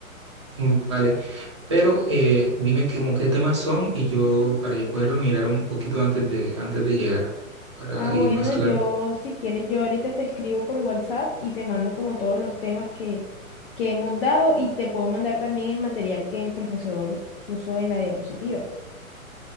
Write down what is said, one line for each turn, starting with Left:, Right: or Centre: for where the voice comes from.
Right: Mm, Vale. Pero eh, dime qué, mo- qué temas son y yo, para yo poderlo mirar un poquito antes de, antes de llegar, para
Left: Ah, bueno,
Right: ir más claro.
Left: yo, si quieres, yo ahorita te escribo por WhatsApp y te mando como todos los temas que, que hemos dado y te puedo mandar también el material que el profesor puso en la diapositiva.